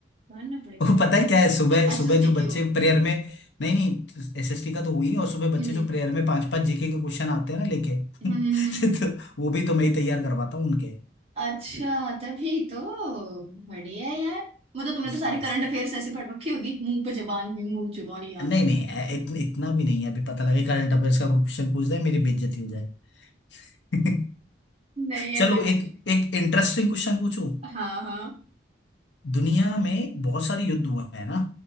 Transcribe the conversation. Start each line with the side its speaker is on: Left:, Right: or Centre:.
Right: मानना पड़ेगा
Left: <laughs> वो पता है क्या है सुबह
Right: तुम
Left: सुबह
Right: एसएसटी
Left: जो बच्चे
Right: के हो
Left: प्रेयर में नहीं नहीं एसएसटी का तो हुई और सुबह बच्चे
Right: हम्म
Left: जो प्रेयर में पांच पांच जीके के क्वेश्चन आते हैं ना लेके <laughs>
Right: हम्म,
Left: तो वो भी तो मैं ही तैयार करवाता हूँ उनके
Right: अच्छा तभी तो बढ़िया यार मतलब तुमने
Left: इसलिए
Right: तो सारे
Left: इसलिए
Right: करंट अफेयर्स ऐसे पढ़ रखी होगी मुंह पे जबान में मुंह जुबानी याद
Left: नहीं नहीं ऐ- इत, इतना भी नहीं है अभी पता लगे करंट अफेयर्स का कोई क्वेश्चन पूछ जाए मेरी बेइज्जती हो जाए <laughs>
Right: नहीं
Left: चलो
Right: ऐसा कुछ
Left: एक
Right: नहीं
Left: एक इंटरेस्टिंग क्वेश्चन पूछूं
Right: हाँ हाँ
Left: दुनिया में बहुत सारे युद्ध हुए हैं ना